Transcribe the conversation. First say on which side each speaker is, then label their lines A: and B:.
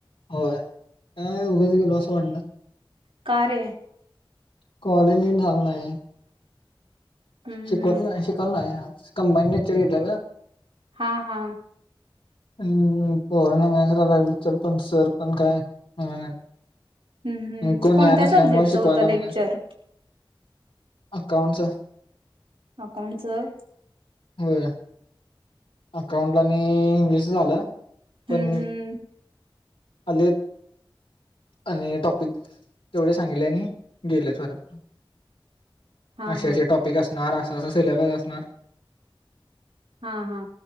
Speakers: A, on the left (about 75°); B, on the right (about 80°).
A: होय. काय उगच गेलो असं वाटलं.
B: का रे?
A: कॉलेज नीट झालं नाही.
B: हम्म
A: शिकवल
B: हम्म
A: नाही शिकवल नाही आज कंबाईन लेक्चर घेतल्याल.
B: हा हा.
A: हम्म पोरांन सर पण काय आलं नाहीत.
B: हम्म हम्म
A: कोण
B: कोणत्या
A: याय नसल्यामुळ
B: सब्जेक्टचं
A: शिकवायला
B: होतं लेक्चर?
A: पण नाय. अकाउंटच
B: अकाउंटच होय.
A: होय. अकाउंटला आणि इंग्लिशच झालं. पण
B: हम्म हम्म,
A: आलेत. आणि टॉपिक, तेवढे सांगितले आणि गेलेत परत.
B: हा
A: असे
B: हा
A: असे टॉपिक असणार. असं असं सिलेबस असणार.
B: हा हा,